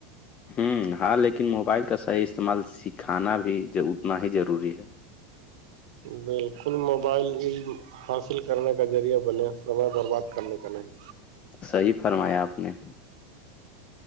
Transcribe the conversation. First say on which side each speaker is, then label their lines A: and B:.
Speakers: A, on the left; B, on the right.
A: ہوں ہاں لیکن موبائل کا صحیح استعمال سکھانا بھی اتنا ہی ضروری ہے
B: بالکل موبائل حاصل کرنے کا ذریعہ بنے سمے برباد کرنے کا نہیں
A: صحی فرمایا آپ نے